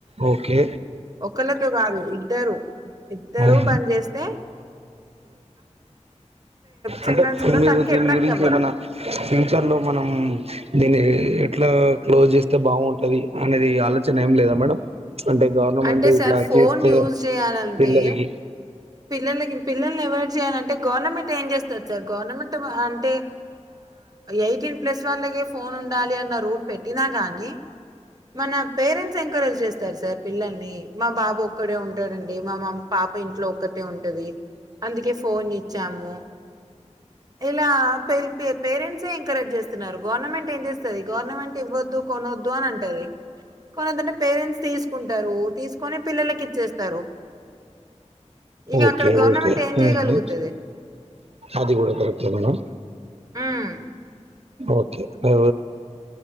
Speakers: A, on the right; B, on the right.
A: ఓకే
B: ఒకళ్ళతో కాదు ఇద్దరు ఇద్దరు
A: ఉమ్,
B: బని చేేస్తే చిల్డ్రన్స్
A: అంటే
B: కూడా
A: మీరు
B: దానికి
A: దీని
B: అట్రాక్ట్
A: గురించి
B: అవ్వరు.
A: ఎమన్నా ఫ్యూచర్ లో మనం దీని అట్లా క్లోజ్ చేస్తే బాగుంటది అనేది ఆలోచన ఏం లేదా మేడం అంటే గవర్నమెంట్
B: అంటే
A: ఇట్లా
B: సార్ ఫోన్
A: చేస్తే
B: యూజ్ చేయాలంటే
A: పిల్లలకి
B: పిల్లలకి పిల్లల్ని అవాయిడ్ చేయాలంటే గవర్నమెంట్ ఏం చేస్తుంది సార్ గవర్నమెంట్ అంటే ఎయిటీన్ ప్లస్ వాళ్ళకే ఫోన్ ఉండాలి అన్న రూల్ పెట్టినా కానీ మన పేరెంట్స్ ఎంకరేజ్ చేస్తారు సార్ పిల్లల్ని మా బాబు ఒక్కడే ఉంటాడండి మా మ పాప ఇంట్లో ఒక్కటే ఉంటుంది అందుకే ఫోన్ ఇచ్చాము ఇలా పేరెంట్సే ఎంకరేజ్ చేస్తున్నారు గవర్నమెంట్ ఏం చేస్తుంది గవర్నమెంట్ ఇవ్వద్దు కొనొద్దు అని అంటు టది కొనదు పేరెంట్స్ తీసుకుంటా ారు <unintelligible> తీసుకొని పిల్లలకి ఇచ్చేస్తారు ఇక
A: ఓకే
B: అక్కడ గవర్నమెంట్
A: ఓకే
B: ఏం
A: హ్మ్
B: చేయగలుగుతది
A: హు అది కూడా కరెక్ట్ మేడం
B: ఉమ్
A: ఓకే అ